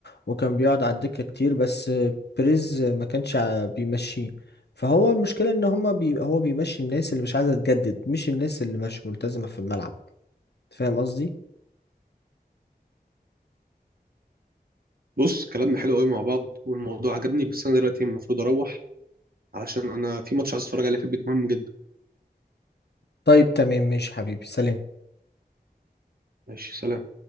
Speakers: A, on the left (about 80°); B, on the right (about 60°).
A: وكان بيقعد على الدكة كتير بس بريز ما كانش ع- بيمشيه فهو المشكلة ان هما بي هو بيمشي الناس اللي مش عايزة تجدد مش الناس اللي مش ملتزمة في الملعب فاهم قصدي؟
B: بص كلامنا حلو قوي مع بعض والموضوع عجبني بس انا دلوقتي المفروض اروح علشان انا في ماتش عايز اتفرج عليه في البيت مهم جدا
A: طيب تمام ماشي حبيبي سلام
B: ماشي سلام